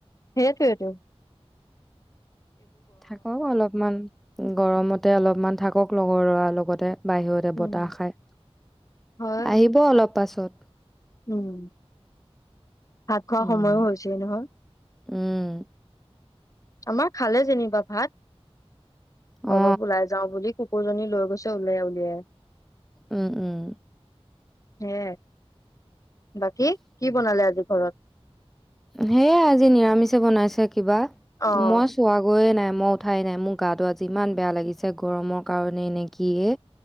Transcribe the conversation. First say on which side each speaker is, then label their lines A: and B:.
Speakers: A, on the left; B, in the centre.
A: সেই তোৱেইটো।
B: থাকক অলপমান, গৰমতে অলপমান থাকক লগৰ লৰা লগতে। বাহিৰতে
A: উম
B: বতাহ খাই,
A: হয়
B: আহিব অলপ পাছত।
A: উম, ভাত খোৱা
B: উম
A: সময়ো হৈছেই নহয়।
B: উম।
A: আমাৰ খালে যেনিবা ভাত।
B: অ
A: অলপ ওলাই যাও বুলি। কুকুৰজনী লৈ গৈছে উওলিয়াই, উলিয়াই।
B: উম, উম।
A: হে, বাকী কি বনালে আজি ঘৰত।
B: সেয়াই আজি নিৰামিষে বনাইছে। কিবা,
A: অ'
B: মই চোৱা গৈয়ে নাই। মই উঠাই নাই মোৰ গাটো আজি ইমান বেয়া লাগিছে গৰমৰ কাৰণেই নে কিয়ে।